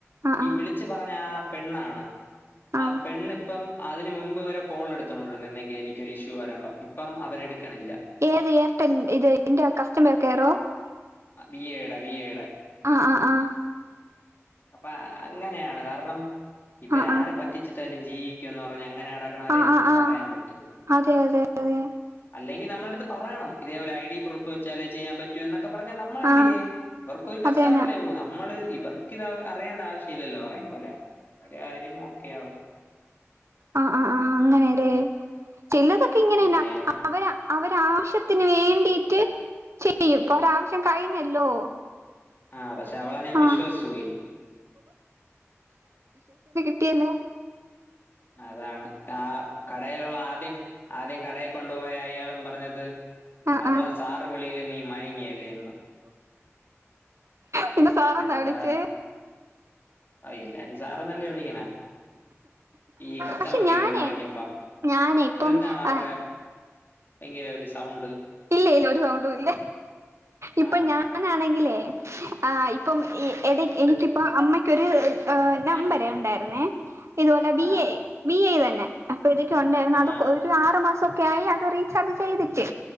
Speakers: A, on the right; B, on the left.
A: ആഹ്
B: ഈ
A: ആഹ്
B: വിളിിച്ചു പറഞ്ഞ ആ പെണ്ണാണ്
A: ആഹ്
B: ആ പെണ്ണ ഇപ്പം അതിനന് മുമ്പ് വരെ കോൾ എടുത്തോണ്ടിരുന്ന എന്തെങ്കില എനക്ക്ൊരു ഇഷ്യൂ വരാമ്പ ഇപ്പം അവരെ എടുക്കണില്ല
A: ഏത് ഏർ്ടൽ ഇത് ഇ കസ്റ്റമർ കയറോ
B: വി എടാ വി എട
A: ആഹ ആഹ ആഹ
B: അപ്പൊ അങ്ങനെയാണ് കാരണം ഇവരരെ
A: ആഹ്
B: പറ്റിച്ചിട്ട എാലും ജീവിക്കും എന്ന് പറഞ്ഞ അങ്ങനെയാണ്
A: ആഹ് ആഹ്
B: രെന്ത്
A: ആഹ്
B: പറയാൻ
A: ആഹ്
B: പറ്റ
A: അതെ അതെ അതെ
B: അല്ലെങ്കിൽ നമ്മടുത്ത് പറയണം ഇതേപലെ ഐ ഡി പ്രൂ്െച്ചാല് ചെയാൻ പറ്റും എന്നൊക്കെ പറ നമ്മൾ എന്ത്
A: ആഹ്
B: ചെയ്യേ ഇവക്കരു കസ്റ്റമർ
A: അതന്നെ
B: അല്ലേ പോ നമ്മള് ഇർക്ക് ഇത അറിയേണ്ട ആവശ്യം ഇില്ലല്ലോ അറൻ പോലെ അവ കാര്യം നോക്കെയയാാവോ
A: ആഹ ആ് ആ് അങ്ങനെതേ ചിലതൊക്കെ
B: ഉം
A: ഇങ്ങനെയല്ല
B: അങ്ങനെയായിരുന്നു
A: അവര് അവര ആാവശ്യത്തിന് വേണ്ടിട്ട് ചെയ്യും ഇപ്പൊ ഒാവശ്യം കഴിഞ്ഞല്ലോ
B: ആഹ പക്ഷെ അവളെ ഞാൻ
A: ആഹ്
B: വിശ്വസിച്ചു പോയി
A: അട്ടല
B: അതാണ് ആ കടയിലുള്ള ആദ്യം ആദ്യം കടയെ കൊണ്ടുപോയ അയാളും പറഞ്ഞത്
A: ആഹ്
B: അവളെ
A: ആഹ്
B: സാർ വിളിയിൽ നീ മയങ്ങി എല്ലെന്ന്
A: നിന്നെ സാർ
B: അങ്ങനത്തെ
A: എന്നാ വിളിച്ചേ
B: ആ എല്ലാരും സാർ എന്നല്ലേ വിളിക്കണേ ഈ കസ്റ്റമർ
A: പക്ഷെ
B: കെയറിൽ
A: ഞാനേ
B: നിന്നും വിളിക്കുമ്പം
A: ഞാനേ ഇപ്പം
B: അത് എന്താണ് അവിടെ
A: ആഹ്
B: ഭയങ്കര ഒരു സൗണ്ട്
A: ഇല്ല ഇല്ല ഒരു സൗണ്ടും ഇല്ല ഇപ്പൊ
B: ആഹ്
A: ഞാനാണെങ്കിലേ ആ ഇപ്പം എനിക്കിപ്പോ അമ്മയ്ക്കൊരു നമ്പരെ
B: എഹ്
A: ഉണ്ടായിരുന്നേ ഇതുപോലെ ബി
B: ആഹ്
A: എ ബി എ തന്നെ അപ്പൊ ഇതൊക്കെ ഉണ്ടായിരുന്നു അത്
B: ആഹ്
A: ഒരു ആറ് മാ സം ഒക്കെ ആയി അത് റീചാർജ് ചെയ്തിട്ട്